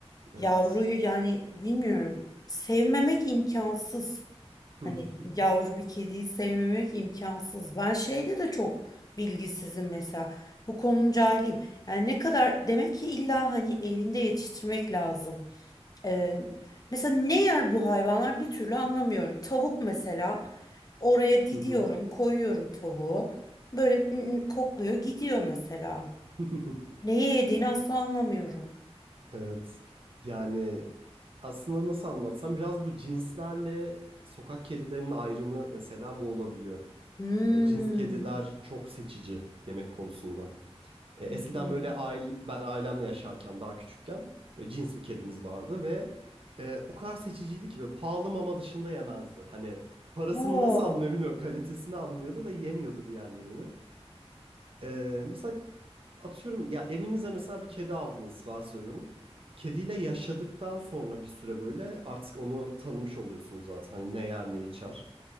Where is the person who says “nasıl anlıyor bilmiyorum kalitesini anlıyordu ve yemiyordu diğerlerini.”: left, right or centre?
Right